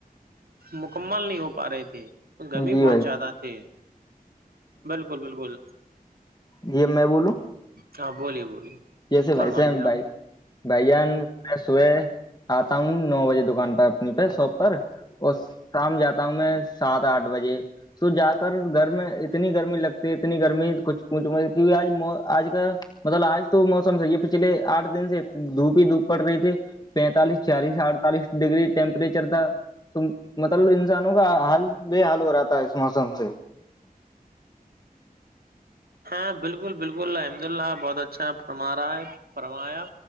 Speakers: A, on the right; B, on the left.
A: مکمل نہیں ہو پا رہے تھے گرمی
B: جی
A: بہت
B: بھائی
A: زیادہ تھی بالکل بالکل
B: جیب میں بولوں
A: ہاں بولی بولیے
B: یسے بھائی
A: فرمائیے
B: سی بھائی بھائی ان صبح آتا ہوں نو بجے دکان پر اپنی پہ شاپ پر اور شام جاتا ہوں میں سات آٹھ بجے سو جا کر گھر میں اتنی گرمی لگتی ہے اتنی گرمی کچھ کچ م کیکہ آج آج کا مطلب آج تو موسم تھا یہ پچھلے آٹ دن سے دھوپ ہی دھوپ پڑ رہی تھی پینتالس چالیس اڑتالیس ڈیگری ٹیمپرریچر تھا مطلب انسانوں کا حال بے حال ہو رہا تھا ہے اس موسم سے
A: ہاں بالکل بالکل الحمد اللہ بہت اچھا فرما رہا ہے فرمایا